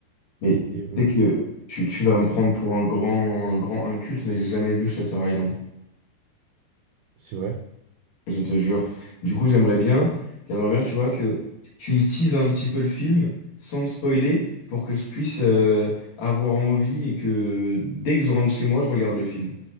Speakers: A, on the left; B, on the right.
A: mais
B: Et, et, hum,
A: tu sais que tu, tu vas me prendre pour un grand, un grand inculte, mais j'ai jamais vu Shutter Island,
B: c'est vrai?
A: je te jure. Du coup, j'aimerais bien, j'aimerais bien, tu vois, que tu me teases un petit peu le film sans me spoiler pour que je puisse euh, avoir envie et que dès que je rentre chez moi, je regarde le film.